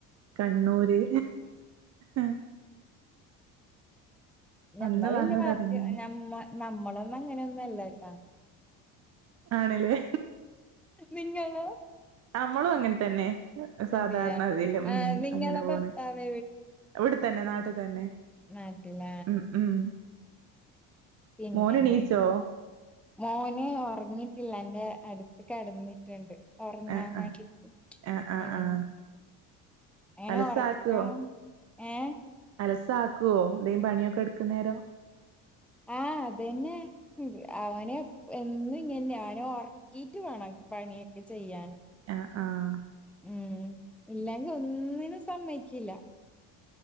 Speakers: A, on the right; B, in the centre.
A: കണ്ണൂര് ആ
B: ഞമ്മള്
A: അന്ന്
B: വല്ല്യ
A: വന്നതാ
B: പാർട്ടി
A: പിന്നീന്ന്
B: നമ്മ നമ്മ ളൊന്നും അങ്ങനെന്നുല്ലേട്ടാ
A: ആണ്ലേ
B: നിങ്ങളോ
A: നമ്മളും അങ്ങനെ തന്നെ സാധാരണതിൽ
B: അതെയാ
A: ഉ
B: ആഹ് നിങ്ങളെ
A: അങ്ങനെ പോ
B: ഭർത്താവ്
A: എവിടെത്തന്നെ നാട്ടിൽ തന്നെ
B: നട്ടില്ല
A: ഉം ഉം
B: പിന്നെെ
A: മോന് എണീച്ചോ
B: മോന് ഉറങ്ങിട്ടില്ല എറെ അടുത്ത കടന്ന്ി ണ്ട് ഉറങ്ങാൻ
A: ആഹ്
B: വേണ്ടി
A: ആഹ് ആഹ് ആഹ്
B: ഉം
A: ആഹ്
B: അങ്ങനെ
A: അലസാക്കുവോ
B: ഉറക്കാ ഏ
A: മസ ആക്കുവോ എന്തും പണിയൊക്കെ എടുക്കുന്നേരം
B: ആഹ അതന്നെ അവന എന്നും ഇങ്ങെ അവനെ ഉറക്കീയിട്ട് വേണം പണിയൊക്കെ ചെയ്യൻ
A: ആഹ
B: ഉം ഇല്ലെങ്കി ഒന്നിനും സമ്മേക്കില്ല.